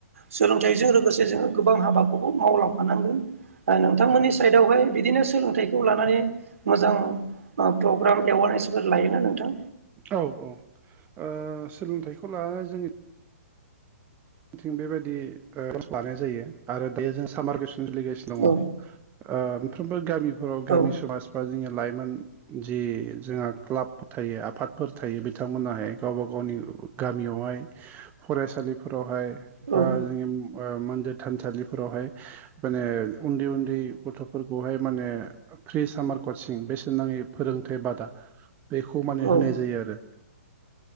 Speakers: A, on the right; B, on the right.
A: सोलोंथाइजों लोगोसे जोङो गोबां हाबाखौबो मावलांफानांगोन नोंथांमोननि साइडआवहाय बिदिनो सोलोंथाइखौ लानानै मोजां प्रग्राम एवारनेसफोर लायोना नोंथां।
B: औ ओ सोलोंथाइखौ लानानै जोंनि थिं बेबायदि लानाय जायो आरो बे जों सामार भेकेसन सोलिगासिनो दङ।
A: औ
B: ओ मोनफ्रोमबो गामिफोराव गामि
A: औ
B: समाज बा जोंनि लाइमो जि जोंहा क्लाबफोर थायो आफादफोर थायो बिथांमोनाहाय गावबा गावनि गामियावहाय फरायसालिफ फोरावहाय
A: औ
B: बा जोंङो ओ म्देर थानसालिफोरावहाय माने उन्दै उन्दै गथ'फोरखौहाय माने फ्रि सामार कचिं बेसेन नाङै फोरोंथाइ बादा बेखौ माने
A: औ
B: होनाय जायो आरो।